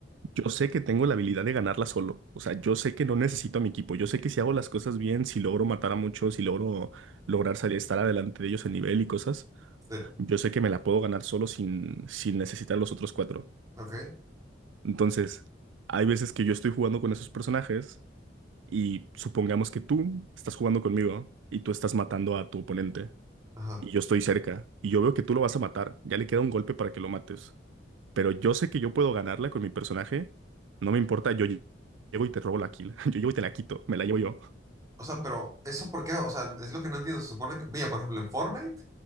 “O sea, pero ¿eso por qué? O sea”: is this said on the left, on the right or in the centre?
Right